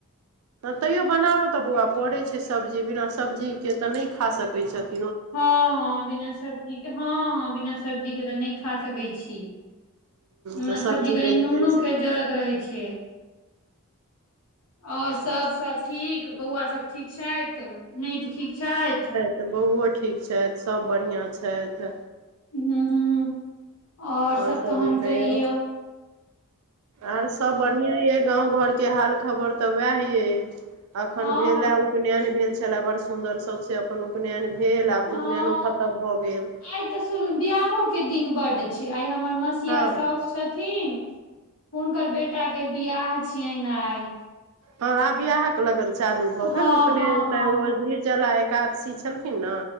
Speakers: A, on the right; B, on the left.
A: तैयो बनाबऽ तऽ बौआ पड़ैत छै सब्जी बिना सब्जीके तऽ नहि खा सकैत छथि
B: हँ हँ बिना सब्जी के हँ हँ बिना सब्जी के तऽ नहि खा सकै छी ह
A: तऽ
B: सब्जी कनि
A: बनिते
B: नूनोके
A: छै
B: जरत रहै छै ओर सब सब ठीक बौआ सब ठीक छैथ नै त ठीक छैथ
A: तऽ बौओ ठीक छैथ सभ बढ़िआँ छैथ
B: ह और
A: आओर
B: सब
A: सभ
B: तहन
A: कहियौ
B: कहियो
A: आर सभ बढ़िएँ अइ गाँव घरके हाल खबर तऽ उएह यइ अखन
B: हँ
A: भेलए उपनयन भेल छलाए बड़ सुदर सौसे अपन उपनयन भेल आब
B: हँ
A: तऽ उपनयनो खतम भऽ गेल
B: आइ तऽ सु बियाहो के दिन बड्ड छै आइ हमर मसिया
A: हँ
B: सौस छथिन हुनकर बेटा के बियाह छियै न आई
A: हँ आब बिआहक लगन चालू भऽ गेल
B: हँ
A: उपनयन
B: हँ हँ
A: तऽ चला एकादशी छलखिन न